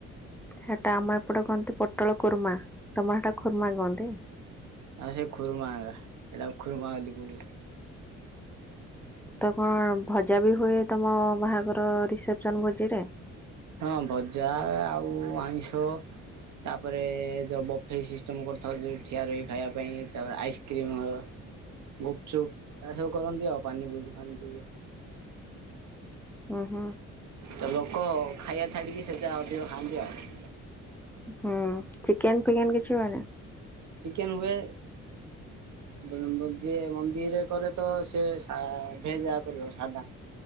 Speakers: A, in the centre; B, on the right.
A: ସେଟା ଆମ ଏପଟେ କହନ୍ତି ପୋଟଳ କୁର୍ମା ତମର ସେଟା ଖୁର୍ମା କହନ୍ତି?
B: ଆଉ ସେ ଖୁରୁମା ଆଗା ସେଟାକୁ ଖୁର୍ମା ବୋଲି କଉଚନ୍ତି।
A: ତ କଣ ଭଜାବି ହୁଏ ତମ ବାହାଘର ରିସେପସନ୍ ଭୋଜିରେ?
B: ହଁ ଭଜା ଆଉ ଆଇଁଷ ତାପରେ ଯଉ ବଫେଇ ସିଷ୍ଟମ କରିଥାଉ ଯଉ ଠିଆ ରହି ଖାଇବା ପାଇଁ ତାପରେ ଆଇସ୍କ୍ରିମ୍ ହ। ଗୁପଚୁପ୍ ଏଆସବୁ କରନ୍ତି ଆଉ ପାନିପୁରି ଫାନିପୁରି।
A: ଓହୋ।
B: ତଲୋକ ଖାଇଆ ଛାଡ଼ିକି ସେଟା ଅଧିକ ଖାଆନ୍ତି ଆଉ।
A: ହୁଁ ଚିକେନ୍ ଫିକେନ୍ କିଛି ହୁଏନି?
B: ଚିକେନ୍ ହୁଏ। ବ ବ ଯିଏ ମନ୍ଦିରେ କରେତ ସିଏ ଶା ଭେଜା କରିବ ସାଧା।